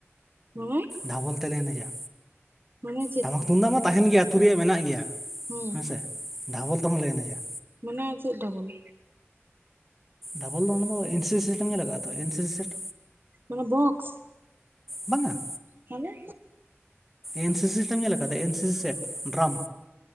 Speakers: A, on the right (about 50°); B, in the centre.
A: ᱢᱟᱱᱮ?
B: ᱫᱷᱟᱵᱚᱞ ᱛᱮᱞᱮ ᱮᱱᱮᱡᱟ,
A: ᱢᱟᱱᱮ
B: ᱴᱟᱢᱟᱠ ᱛᱩᱢᱫᱟᱜ ᱢᱟ ᱛᱟᱦᱮᱱ ᱜᱮᱭᱟ ᱟᱹᱛᱩ ᱨᱮᱭᱟᱜ ᱢᱮᱱᱟᱜ ᱜᱮᱭᱟ᱾
A: ᱦᱩᱸ᱾
B: ᱦᱮᱸ ᱥᱮ, ᱰᱷᱟᱵᱚᱞ ᱛᱮ ᱦᱚᱞᱮ ᱮᱱᱮᱡᱟ᱾
A: ᱢᱟᱱᱮ ᱪᱮᱜ ᱰᱷᱟᱵᱚᱞ?
B: ᱫᱷᱟᱵᱚᱞ ᱫᱚ ᱚᱱᱟ ᱫᱚ ᱮᱱᱥᱤᱥᱤ ᱥᱮᱴᱮᱢ ᱧᱮᱞ ᱟᱠᱟᱼᱟ ᱛᱚ, ᱮᱱᱥᱤᱥᱤ ᱥᱮᱴ᱾
A: ᱢᱟᱱᱮ ᱵᱚᱠᱥ᱾
B: ᱵᱟᱝᱟ᱾
A: ᱛᱟᱦᱞᱮ?
B: ᱮᱱ ᱥᱤᱥᱤᱴᱮᱢ ᱧᱮᱞ ᱟᱠᱟᱫᱟ, ᱮᱱᱥᱤᱥᱤ ᱥᱮᱴ, ᱰᱨᱟᱢ᱾